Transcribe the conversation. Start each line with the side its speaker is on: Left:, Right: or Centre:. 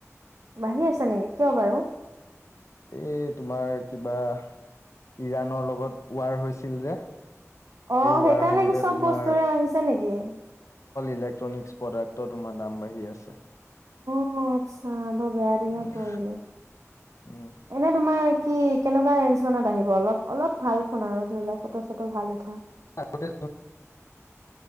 Right: বাঢ়ি আছে নেকি কিয় বাৰু?
Left: এই তোমাৰ কিবা ইৰাণৰ লগত ওৱাৰ হৈছিল যে।
Right: অ', সেইকাৰণে
Left: ৱাৰ হওঁতে
Right: কি চব
Left: তোমাৰ
Right: বস্তুৰে বাঢ়িছে নেকি?
Left: ইলেক্ট্ৰনিক্ছ প্ৰডাক্টত তোমাৰ দাম বাঢ়ি আছে।
Right: অ', আতচ্ছা বৰ বেয়া দিনত
Left: উম
Right: পৰিলে
Left: উম
Right: এনে তোমাৰ কি? কেনেকোৱা ৰেঞ্জ মানত আহিব? অলপ, অলপ ভাল, শুনাৰো ধৰি লওঁক ফটো চটো ভাল উঠা।
Left: আগতে